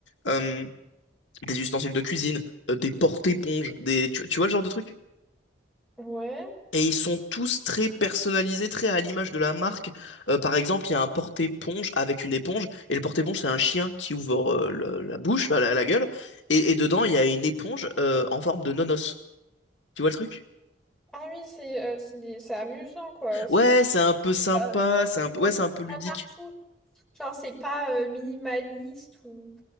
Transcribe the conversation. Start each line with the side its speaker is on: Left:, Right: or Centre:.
Left: euh, des ustensiles de cuisine, euh, des porte-éponges, des... Tu, tu vois le genre de truc?
Centre: Ouais.
Left: Et ils sont tous très personnalisés, très à l'image de la marque. Euh, par exemple, il y a un porte-éponge avec une éponge, et le porte-éponge, c'est un chien qui ouvre euh, le- la bouche, enfin, la, la gueule, et, et dedans, il y a une éponge euh, en forme de nonos. Tu vois le truc?
Centre: Ah oui, c'est euh, c'est des- c'est amusant, quoi. C'est
Left: Ouais,
Centre: des petits
Left: c'est un peu sympa,
Centre: pas.
Left: c'est un peu, ouais,
Centre: On trouve
Left: c'est un peu ludique.
Centre: ça partout. Genre, c'est pas euh, minimaliste ou